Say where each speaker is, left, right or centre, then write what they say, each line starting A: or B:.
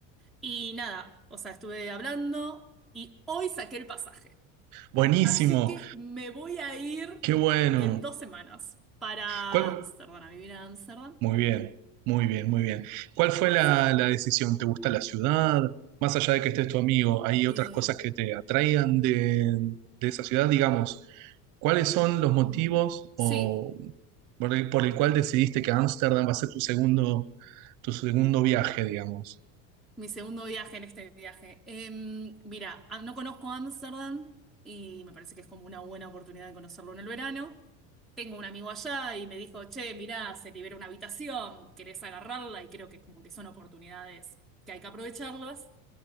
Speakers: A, in the centre; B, on the right.
A: y nada, o sea, estuve hablando y hoy saqué el pasaje.
B: Buenísimo.
A: Así que me voy a ir
B: Qué bueno.
A: en dos semanas para
B: ¿Cuál?
A: Ámsterdam, a vivir a Ámsterdam.
B: Muy bien, muy bien, muy bien. ¿Cuál fue la,
A: Sí.
B: la decisión? ¿Te gusta la ciudad? Más allá de que estés tu amigo, ¿hay otras
A: Eh,
B: cosas que te atraigan de, de esa ciudad? Digamos, ¿cuáles son los motivos
A: mm, sí,
B: o por el, por el cual decidiste que Ámsterdam va a ser tu segundo, tu segundo viaje, digamos?
A: mi segundo viaje en este viaje. Eh, mira, ah, no conozco Ámsterdam y me parece que es como una buena oportunidad de conocerlo en el verano. Tengo un amigo allá y me dijo, che, mirá, se libera una habitación, querés agarrarla y creo que como que son oportunidades que hay que aprovecharlas.